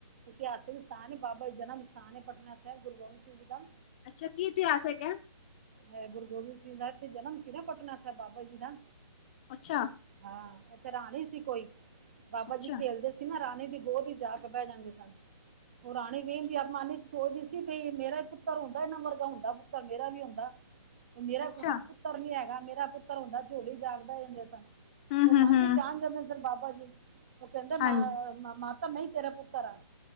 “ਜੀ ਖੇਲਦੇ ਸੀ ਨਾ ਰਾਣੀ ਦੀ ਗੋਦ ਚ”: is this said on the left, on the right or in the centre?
Right